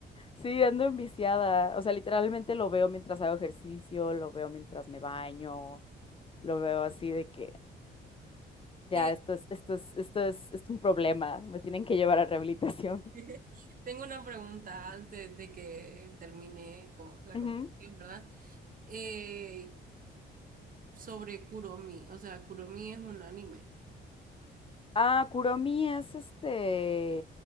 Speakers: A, on the left; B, on the right.
A: Sí, ando enviciada. O sea, literalmente lo veo mientras hago ejercicio, lo veo mientras me baño, lo veo así de que ya,
B: Eh,
A: esto es, esto es, esto es, es un problema. Me tienen que llevar a rehabilitación.
B: <laughs> tengo una pregunta antes de que termine como
A: <laughs>
B: la
A: Ujú.
B: conversación, ¿verdad? Eh, sobre Kuromi. O sea, Kuromi es un anime.
A: Ah, Kuromi es este